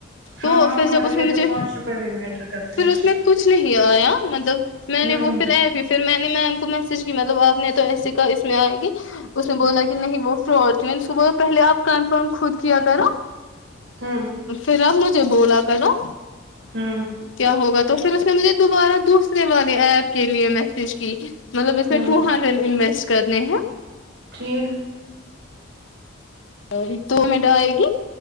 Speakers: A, on the left (about 65°); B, on the right (about 55°).
A: تو
B: ہاں
A: پھر
B: ہمارے
A: جب اس
B: لیے
A: میں مجھے
B: تو پانچ روپئے بھی میٹر کرتے
A: پھر
B: ہیں
A: اس میں کچھ نہیں آیا مطلب میں
B: ہوں
A: نے وہ پھر ای پ پھر میں نے میم کو میسج کی مطلب آپ نے تو ایسے کہا اس میں آئیں گے اس نے بولا کہ نہیں وہ فراڈ تھی میں نے صبح پہلے آپ کنفرم خود کیا کرو
B: ہوں
A: پھر آب مجھے بولا کرو
B: ہوں
A: کیا ہوگا تو پھر اس نے مجھے دوبارہ دوسرے والے ایپ کے لیے میسج کی مطلب اس
B: ہوں
A: میں ٹو ہنڈریڈ انویسٹ کرنے ہیں
B: ٹھیک
A: وہی تو میٹو آئے گی